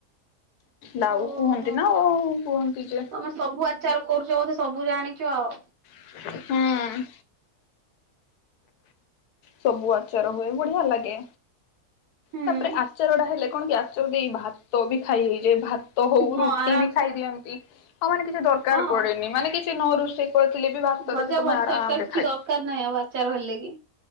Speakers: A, on the right; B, on the left.
A: <inaudible>
B: ଲାଉ
A: ଓହୋଃ।
B: କୁହନ୍ତି ନା ଓଉ କୁହନ୍ତି ଯେ
A: ତମେ ସବୁ ଆଚାର କରୁଛ ବୋଧେ ସବୁ ଜାଣିଛ ଆଉ।
B: ହୁଁ। ସବୁ ଆଚାର ହୁଏ ବଢ଼ିଆ ଲାଗେ।
A: ହୁଁ
B: ତାପରେ ଆଚାର ଟା ହେଲେ କଣ କି ଆଚାର ଦେଇ ଭାତ ବି ଖାଇ ହେଇଯାଏ। ଭାତ ତ ହଉ
A: ହଁ
B: ରୁଟି
A: ଆରାମ
B: ବି ଖାଇଦିଅନ୍ତି।
A: ସେ
B: ଆଉ ମାନେ କିଛି ଦରକାର
A: ହଁ।
B: ପଡ଼େ ନି, ମାନେ କିଛି ନ ରୋଷେଇ କରିଥିଲେ ବି ଭାତ
A: ଭଜା
B: ରେ ତମେ
A: ଭଜି
B: ଆରାମରେ
A: ତରକାରୀ କିଛି
B: ଖାଇ
A: ଦରକାର ନାହିଁ ଆଉ ଆଚାର ହେଲେ କି।